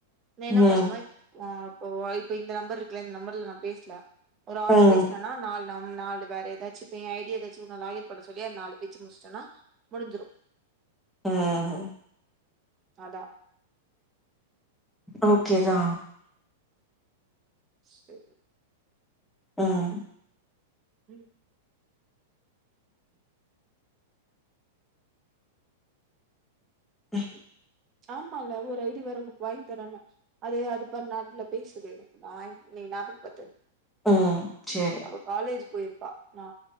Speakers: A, on the right; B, in the centre.
A: நா என்ன
B: ம்
A: பண்ணுவே ஆ ஓ இப்ப இந்த நம்பர் இருக்குல இந்த நம்பர்ல நா பேசல ஒரு ஆள்ட்ட
B: ம்
A: பேசுனா நா நால் நம் நாலு வேற எதாச்சு ப்ப எ ஐடி எதாச்சு நா லாகின் பண்ண சொல்லி அந்நாலு பேச்சு முச்ட்டன்னா முடிஞ்சிரு
B: ஆ ஹ
A: அதா
B: ஓகே தா
A: ஸ்பே
B: ம்
A: ம்
B: <unintelligible>
A: ஆமால ஒரு ஐடி வேற உனுக்கு வாய்ன் தரேனே அது அது பன் நேரத்துல பேசிடு எனக்கு நா இன்னக்கி ஞாபக பத்து
B: ம் சேரி
A: அவ காலேஜ் போய்ருப்பா நா